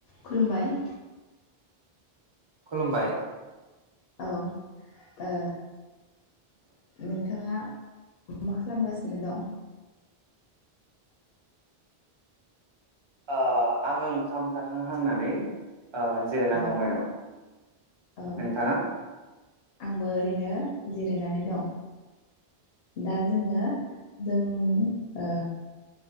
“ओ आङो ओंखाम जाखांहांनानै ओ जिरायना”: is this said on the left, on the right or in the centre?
Right